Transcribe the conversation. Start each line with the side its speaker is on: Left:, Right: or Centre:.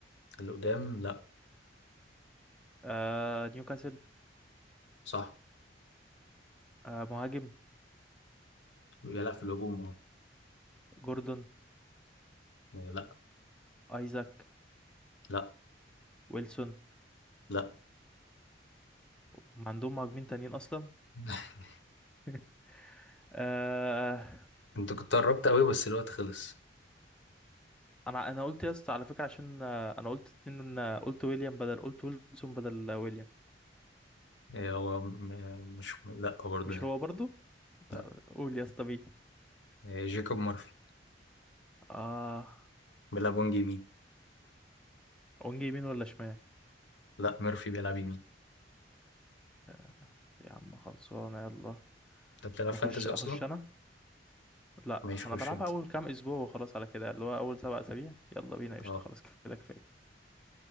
Left: اللي قدام لا
Centre: آه نيوكاسل
Left: صح
Centre: آه مهاجم
Left: بيلعب في الهجوم اه
Centre: جوردون
Left: آه، لا
Centre: ايزاك
Left: لا
Centre: ويلسون
Left: لا
Centre: هم عندهم مهاجمين تانيين اصلا
Left: <laughs>
Centre: <laughs> آه
Left: انت كنت قربت قوي بس الوقت خلص
Centre: انا انا قلت يا اسطى على فكره عشان آه، انا قلت اتنين آه، قلت ويليام بدل قلت ويلسون بدل آه، ويليام
Left: إيه هو م- مش لا برضه
Centre: مش
Left: يعني
Centre: هو برضو ده-
Left: لا
Centre: قول يا اسطى مين
Left: إيه جيكوب مورفي
Centre: اه
Left: بيلعب وينج يمين
Centre: ونجي يمين ولا شمال
Left: لا ميرفي بيلعب يمين
Centre: آه، يا عم خلصانة يلا
Left: انت بتلعب
Centre: نخش
Left: فانتزي
Centre: اخش
Left: اصلا
Centre: انا لا
Left: ماشي خش
Centre: انا بلعبها
Left: انت
Centre: اول كام اسبوع وخلاص على كده اللي هو اول سبع اسابيع يلا بينا قشطة
Left: اه
Centre: خلاص كده كفاية